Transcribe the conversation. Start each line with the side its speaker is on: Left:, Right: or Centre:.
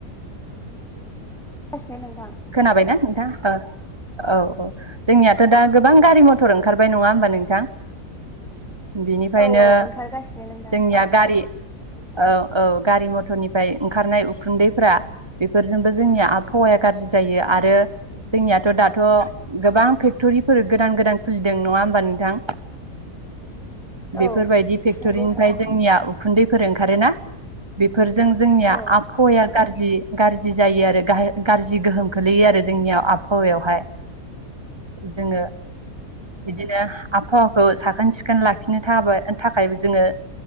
Centre: बास ने नद
Right: खोनाबायनाा नोंथाङा औ औ जोंनियाथ' दा गोबां गारि मथर ओंखारबाय नङा होमबा नोंथां बिनिफ्रायनो
Centre: औ औ ओंखारगासिनो नोंथां।
Right: जोंनिया गारि औ औ गारि मथरनिफ्राय ओंखारनाय उखुन्दैफ्रा बेफोरजोंबो जोंनिया आबहावाया गाज्रि जायो आरो जोंनियाथ' दाथ' गोबां फेक्टरिफोर गोदान गोदान खुलिदों नङा होमबा नोंथां बेफोरबायदि
Centre: औ
Right: फेक्ट'रिनिफ्राय
Centre: नंगौ नोंथां
Right: जोंनिया खुन्दैफोर ओंखारोना फोरफोरजों जोंनिया
Centre: औ
Right: आबहावाया गाज्रि गाज्रि जायो आरो गाज्रि गोहोम गोलैयो आरो जोंनियाव आबहावायावहाय जोङो बिदिनो आबहावाखौ साखोन सिखोन लाखिनो थाबानो थाखाय जोङो